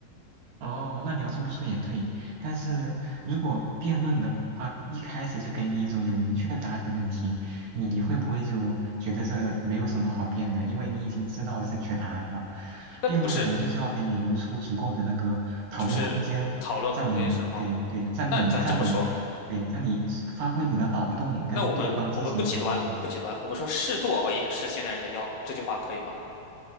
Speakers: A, on the right; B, on the left.
A: 哦，那你要这么说也对，但是如果辩论的话，一开始就给你一种有明确答案的问题，你会不会就觉得这没有什么好辩的？因为你已经知道正确答案了。
B: 那不是
A: 辩论可能就是要给你留出足够的那个讨论空间，
B: 就是讨论空间是吗？
A: 让你对对，让你让你对让你发挥你的脑洞，
B: 那咱这么说，
A: 跟对方进行一个嗯，
B: 那我们我们不极端，我们不极端，我们说适度熬夜是现代人的药，
A: 哦
B: 这句话可以吗？